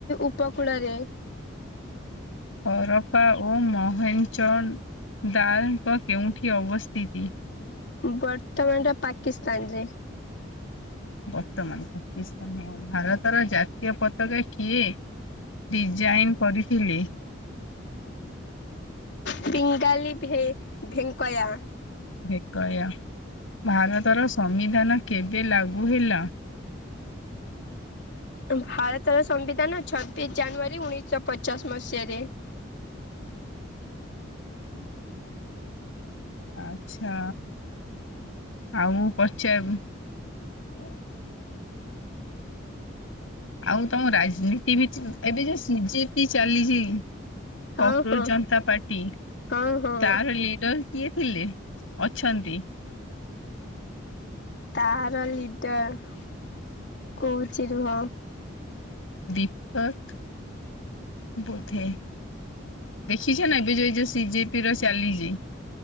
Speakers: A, on the left; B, on the left.
A: ଉପକୂଳରେ।
B: ହରପା ଓ ମହେଚ ଦାଲଙ୍କ କେଉଁଠି ଅବସ୍ଥିତି?
A: ବର୍ତ୍ତମାନର ଟା ପାକିସ୍ତାନ ଯେ।
B: ଭାରତର ଜାତୀୟ ପ କା କିଏ ଡିଜାଇନ କରିଥିଲି <unintelligible>
A: ପିଙ୍ଗାଲିୀ ଭେ ଭେଙ୍କାୟ।
B: ଭେକୟା ଭାରତର ସମ୍ବିଧାନ କେବେ ଲାଗୁ ହେଲା।??
A: ଭାରତର ସମ୍ବିଧାନ ଛତିଶ ଜାନୁଆରୀ ଉଣେଇଶହ ପଚାଶ ମସିହାରେ।
B: ଆଚଛା ଆଉ ମୁଁ ପଚାର <unintelligible>
A: <inaudible>
B: ଆଉ ତମ ରାଜନୀତି ବି ଏବେ ଯୋଉ ସିଜେପି ଚାଲିଛି।
A: ହଁ
B: କକୋ
A: ହଁ
B: ଜନତା ପାର୍ଟି
A: ହଁ ହଁ
B: ତାର ଲିଡର କିଏ ଥିଲେ ଅଛନ୍ତି।
A: ତାହାର ଲିଡର କହୁଛି ରୁହ।
B: ଦୀପକ୍। ବୋଧେ ଦେଖିଛ ନା ଏବେ ଯୋଉ ଯା ସି ଜେ ପି ର ଚାଲିଛି।